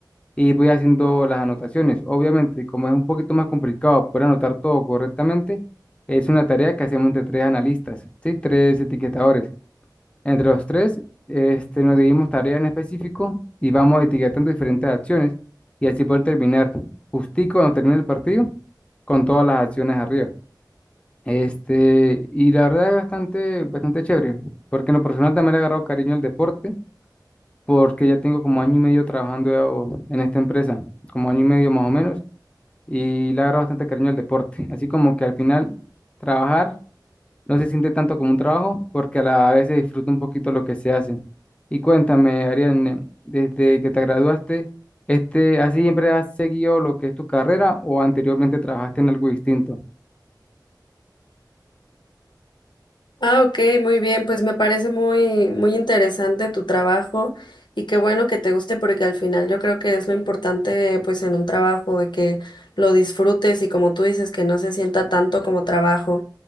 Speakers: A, on the left; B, on the left.
A: y voy haciendo las anotaciones. Obviamente, como es un poquito más complicado poder anotar todo correctamente, es una tarea que hacemos entre tres analistas, ¿sí? Tres etiquetadores. Entre los tres, este, nos dividimos tareas en específico y vamos etiquetando diferentes acciones y así poder terminar justico cuando termine el partido con todas las acciones arriba. Este, y la verdad es bastante, bastante chévere, porque en lo personal también le he agarrado cariño al deporte, porque ya tengo como año y medio trabajando en esta empresa, como año y medio más o menos, y le he agarrado bastante cariño al deporte. Así como que al final trabajar no se siente tanto como un trabajo porque a la vez se disfruta un poquito lo que se hace. Y cuéntame, Ariane, desde que te graduaste, este, ¿así siempre has seguido lo que es tu carrera o anteriormente trabajaste en algo distinto?
B: Ah, ok, muy bien, pues me parece muy, muy interesante tu trabajo y qué bueno que te guste porque al final yo creo que es lo importante pues en un trabajo de que lo disfrutes y como tú dices que no se sienta tanto como trabajo.